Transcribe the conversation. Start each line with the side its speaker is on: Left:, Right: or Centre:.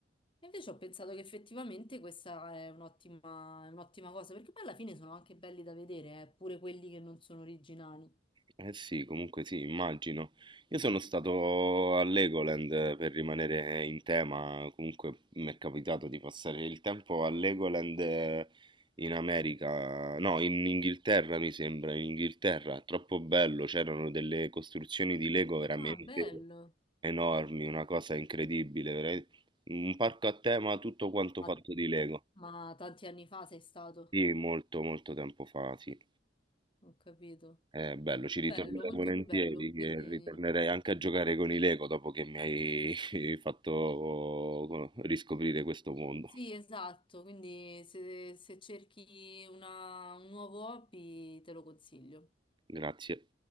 Left: E Invece ho pensato che effettivamente questa è un'ottima è un'ottima cosa, perché poi alla fine sono anche belli da vedere, eh, pure quelli che non sono originali.
Right: Eh sì, comunque sì, immagino. Io sono stato a Legoland eh, per rimanere in tema, comunque mi è capitato di passare il tempo a Legoland eh, in America, no, in Inghilterra mi sembra, in Inghilterra, troppo bello, c'erano delle costruzioni di Lego veramente
Left: Ah, bello,
Right: enormi, una cosa incredibile, vera- un parco a tema tutto quanto
Left: Ma,
Right: fatto di Lego.
Left: ma tanti anni fa sei stato,
Right: Sì, molto molto tempo fa, sì.
Left: ho capito.
Right: Eh, bello, ci
Left: Bello,
Right: ritornerei
Left: molto
Right: volentieri,
Left: bello.
Right: che
Left: Quindi
Right: ritornerei anche a giocare con i Lego dopo che mi hai <laughs> fatto riscoprire questo mondo.
Left: sì, esatto. Quindi se, se cerchi una- un nuovo hobby te lo consiglio.
Right: Grazie.